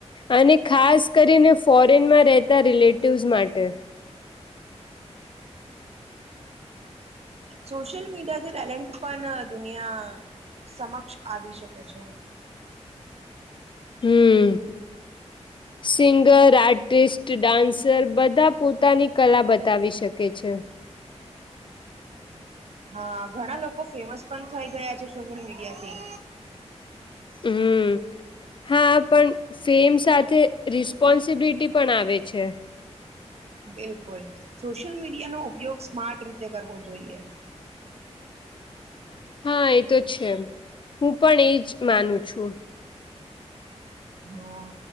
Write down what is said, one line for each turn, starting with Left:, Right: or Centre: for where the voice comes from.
Left: અને ખાસ કરીને ફોરેનમાં રહેતા રિલેટિવ્સ માટે.
Right: સોશિયલ મીડિયાથી ટેલેન્ટ પણ દુનિયા સમક્ષ આવી શકે છે.
Left: હમ, સિંગર, આર્ટિસ્ટ, ડાન્સર બધા પોતાની કલા બતાવી શકે છે.
Right: હા ઘણા લોકો ફેમસ પણ થઈ ગયા છે સોશલ મીડિયાથી.
Left: હમ, હા પણ ફેમ સાથે રિસ્પોન્સિબિલિટી પણ આવે છે.
Right: બિલકુલ, સોશિયલ મીડિયાનો ઉપયોગ સ્માર્ટ રીતે કરવો જોઈએ.
Left: હા એ તો છે, હું પણ એજ માનું છું.
Right: હા,